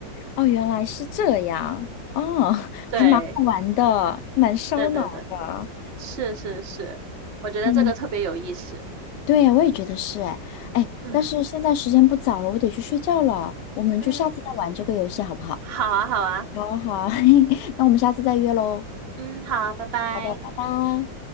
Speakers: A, on the left; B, on the right.
A: 哦，原来是这样，哦，
B: 对，
A: 还蛮好玩的，蛮烧脑的。
B: 对对对，是是是，我觉得这个特别有意思。
A: 嗯对呀，我也觉得是哎哎，
B: 嗯
A: 但是现在时间不早了，我得去睡觉了。我们就下次再玩这个游戏好不好？
B: 嗯，好啊好啊，
A: 好啊，好啊，<laughs> 那我们下次再约喽。
B: 嗯好，拜拜。
A: 好的，拜拜。